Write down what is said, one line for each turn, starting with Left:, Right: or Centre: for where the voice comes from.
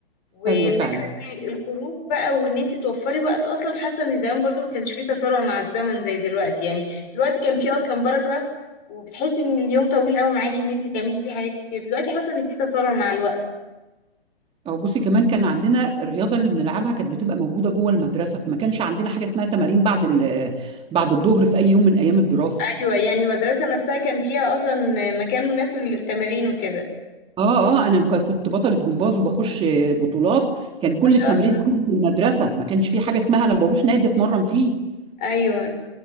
Left: وفكرة
Right: ايوه فعلا
Left: ال- الخروج بقى وان انت توفري وقت اصلا حاسة ان زمان برضو ما كانش فيه تسارع مع الزمن زي دلوقتي يعني الوقت كان فيه اصلا بركة وبتحسي ان اليوم طويل قوي معاكي ان انت تعملي فيه حاجات كتير دلوقتي حاسة ان فيه تسارع مع الوقت
Right: اه بصي كمان كان عندنا الرياضة اللي بنلعبها كانت بتبقى موجودة جوه المدرسة فما كانش عندنا حاجة اسمها تمارين بعد ال- بعد الظهر في اي يوم من ايام الدراسة
Left: ايوه يعني المدرسة نفسها كان فيها اصلا مكان مناسب للتمارين وكده
Right: اه اه انا ك- كنت بطلة جمباز وبخش بطولات كان كل
Left: ما شاء
Right: التمرين
Left: الله
Right: عندي في المدرسة ما كانش في حاجة اسمها انا بروح نادي اتمرن فيه
Left: ايوه